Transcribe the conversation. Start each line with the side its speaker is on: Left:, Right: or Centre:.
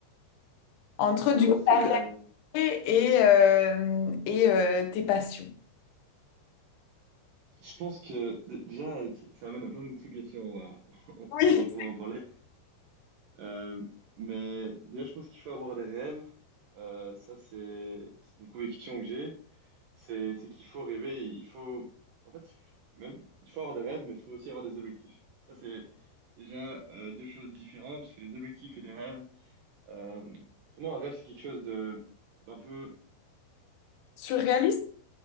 Left: entre
Right: Alors,
Left: du coup
Right: c'est,
Left: ta
Right: euh,
Left: réalité et, euh, et euh, tes passions?
Right: je pense que d- déjà, ça ça amène à plein de sous-questions. On va, <laughs>
Left: Oui.
Right: on va pouvoir en parler. Euh, mais déjà, je pense qu'il faut avoir des rêves. Euh, ça, c'est c'est une conviction que j'ai. C'est c'est qu'il faut rêver. Il faut, en fait, même, il faut avoir des rêves, mais il faut aussi avoir des objectifs. Ça, c'est déjà euh, deux choses différentes, parce que les objectifs et les rêves, euh, pour moi, un rêve, c'est quelque chose de d'un peu.
Left: Surréaliste?